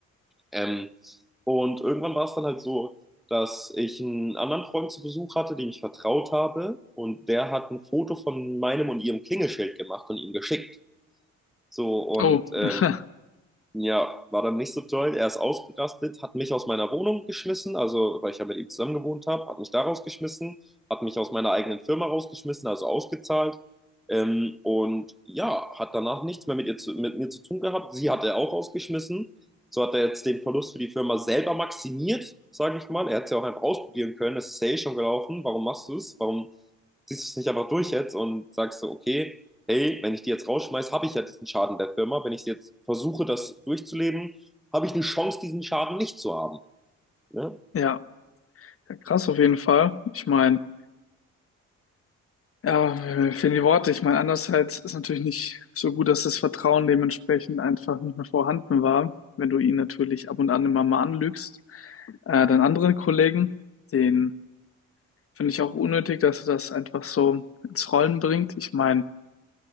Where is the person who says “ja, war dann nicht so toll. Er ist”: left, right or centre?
Centre